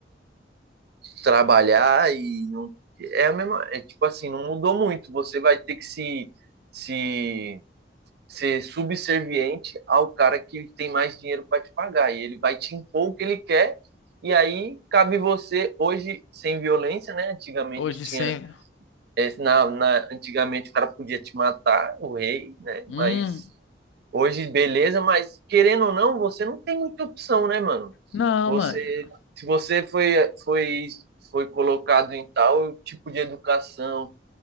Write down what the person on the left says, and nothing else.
hoje
sempre.
Hum,
não,
mano.